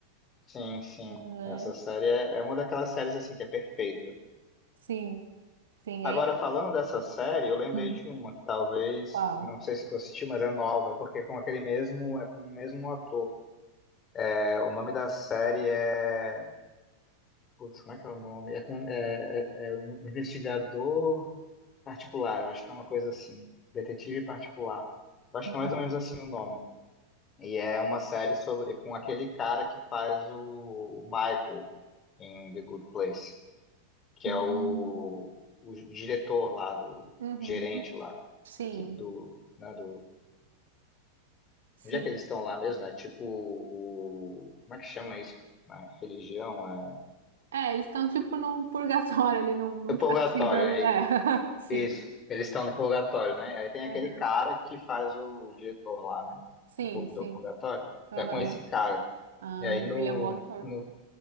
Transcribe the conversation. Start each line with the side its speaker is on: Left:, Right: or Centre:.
Left: sim, sim.
Right: né?
Left: Essa série é, é uma daquelas séries, assim, que é perfeita.
Right: Sim, sim,
Left: Agora,
Right: é.
Left: falando dessa série, eu lembrei
Right: Hum,
Left: de uma que talvez,
Right: qual?
Left: não sei se tu assistiu, mas é nova, porque é com aquele mesmo, é com o mesmo ator. É, o nome da série é. Putz, como é que é o nome? É com. É, é- é um investigador particular, eu acho que é uma coisa assim. Detetive particular. Eu acho
Right: Hum.
Left: que é mais ou menos assim o nome. E é uma série sobre. com aquele cara que faz o, o Michael em The Good Place, que
Right: Uhum.
Left: é o, o diretor lá do.
Right: Uhum.
Left: gerente lá.
Right: Sim,
Left: que do, né, do,
Right: sim.
Left: onde é que eles estão lá mesmo? É tipo o, como é que chama isso? Né? Religião, é
Right: É, eles estão tipo num purgatório ali, num, num
Left: o purgatório,
Right: castigo ali.
Left: é
Right: É, <laughs> sim.
Left: isso. Eles estão no purgatório, né? Aí tem aquele
Right: Aham.
Left: cara que faz o diretor lá, né?
Right: Sim,
Left: Do, pur-
Right: sim.
Left: do purgatório.
Right: Aham.
Left: Tá com esse cara.
Right: Ah,
Left: E aí no,
Right: ele é um bom ator.
Left: no,